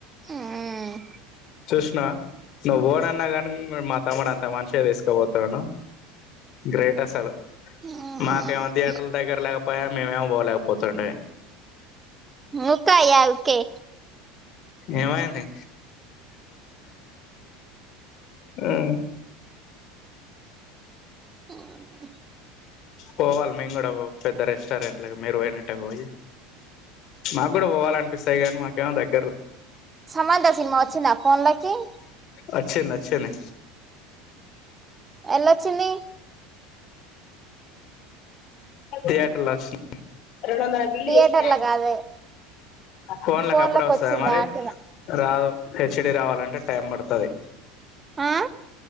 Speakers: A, on the right; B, on the left.
A: ఉమ్
B: చూసినవా నువ్వు బోన్ అన్నా కాని మా తమ్ముడు అంత మంచిగా తీసుకోపోతున్నాడు గ్రేట్ అసలు
A: ఉమ్
B: మాకేమో థియేటర్ల దగ్గర లేకపోయా మేమేమో పోలేకపోతుండే
A: ఉకో అయ్యా ఊకె
B: ఎం అయింది ఆ
A: మ్మ్
B: పోవాలి మేము కూడా పెద్ద రెస్టారెంట్ లకి మీరు పోయినట్టటే పోయి మాకు కూడా పోవాలనిపిస్తాయి కానీ మాకేమో దగ్గర
A: సమంత సినిమా వచ్చిందా ఫోన్లకి
B: ఒచ్చిది వొచింది
A: ఎలా ఒచ్చిది
B: థియేటర్ల అచ్చిం రెండు వందల బిల్
A: థియేటర్ల
B: చేసిన
A: కాదు
B: ఫోన్ల
A: ఫోన్లకు
B: కప్పుడ్ వస్తదా
A: వచ్చిందా
B: మరి
A: అంటున్నా
B: రాదు హెచ్డి రావాలంటే టైం పడ్తది.
A: ఆ